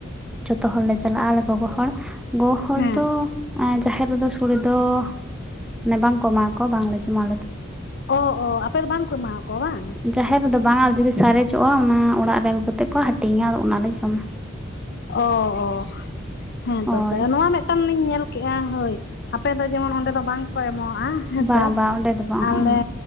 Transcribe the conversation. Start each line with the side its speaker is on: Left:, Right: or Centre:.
Centre: ᱡᱚᱛᱚ ᱦᱚᱲ ᱞᱮ ᱪᱟᱞᱟᱜ-ᱟ ᱟᱞᱮ ᱜᱚᱜᱚ ᱦᱚᱲ ᱜᱚᱜᱚ ᱦᱚᱲ
Left: ᱦᱮᱸ
Centre: ᱫᱚ ᱡᱟᱦᱮᱨ ᱨᱮᱫᱚ ᱥᱳᱲᱮ ᱫᱚ ᱢᱟᱱᱮ ᱵᱟᱝᱠᱚ ᱮᱢᱟ ᱠᱚᱣᱟ ᱵᱟᱝᱞᱮ ᱡᱚᱢᱟ ᱟᱞᱮ ᱫᱚ
Left: ᱚ ᱚ ᱟᱯᱮ ᱫᱚ ᱵᱟᱝᱠᱚ ᱮᱢᱟᱣᱟᱠᱚᱣᱟ ᱵᱟᱝ
Centre: ᱡᱟᱦᱮᱨ ᱨᱮᱫᱚ ᱵᱟᱝᱟ ᱡᱩᱫᱤ ᱥᱟᱨᱮᱡᱚᱜᱼᱟ ᱚᱱᱟ ᱚᱲᱟᱜ ᱨᱮ ᱟᱹᱜᱩ ᱠᱟᱛᱮᱫ ᱠᱚ ᱦᱟᱹᱴᱤᱧᱟ ᱟᱫᱚ ᱚᱱᱟᱞᱮ ᱡᱚᱢᱟ᱾
Left: ᱚ ᱚ ᱦᱮᱸ
Centre: ᱦᱳᱭ
Left: ᱛᱚ ᱥᱮ ᱱᱚᱣᱟ ᱢᱮᱫ ᱴᱟᱱ ᱤᱧ ᱧᱮᱞ ᱠᱮᱜᱼᱟ ᱦᱳᱭ ᱟᱯᱮ ᱫᱚ ᱡᱮᱢᱚᱱ ᱚᱸᱰᱮ ᱫᱚ ᱵᱟᱝ ᱠᱚ ᱮᱢᱚᱜᱼᱟ᱾ ᱦᱮᱸᱥᱮ
Centre: ᱵᱟᱝ ᱵᱟᱝ ᱚᱸᱰᱮ ᱫᱚ ᱵᱟᱝ
Left: ᱟᱞᱮ
Centre: ᱦᱚᱸᱜᱼᱚ